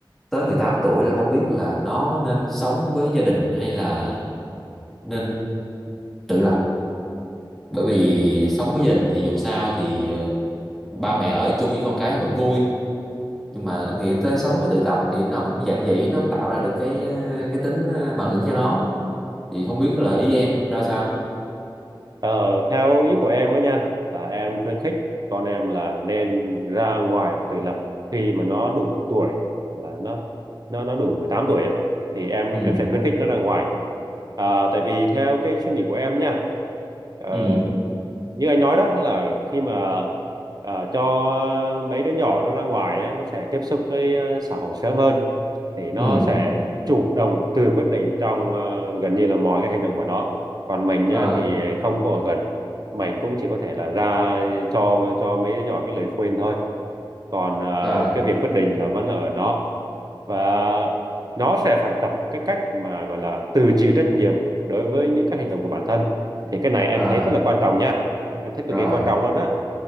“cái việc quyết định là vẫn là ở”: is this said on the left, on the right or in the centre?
Right